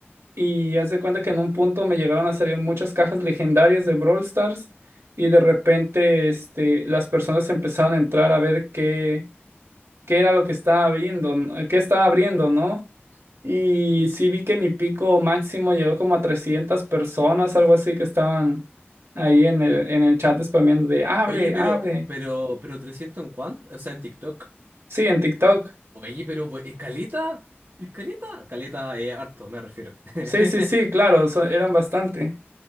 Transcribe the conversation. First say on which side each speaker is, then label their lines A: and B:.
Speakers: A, on the right; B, on the right.
A: Y haz de cuenta que en un punto me llegaron a salir muchas cajas legendarias de Brawl Stars y de repente este, las personas empezaron a entrar a ver qué, qué era lo que estaba abriendo, ¿no? qué estaba abriendo, ¿no? Y sí vi que mi pico máximo llegó como a 300 personas, algo así, que estaban ahí en el, en el chat spameando de abre,
B: Oye, pero,
A: abre.
B: pero, pero 300 en cuánto, o sea, en TikTok.
A: Sí, en TikTok.
B: Oye, pero, ¿escaleta? ¿Escaleta? Caleta, es caleta, eh, harto, me refiero. <laughs>
A: Sí, sí, sí, claro, so- eran bastante.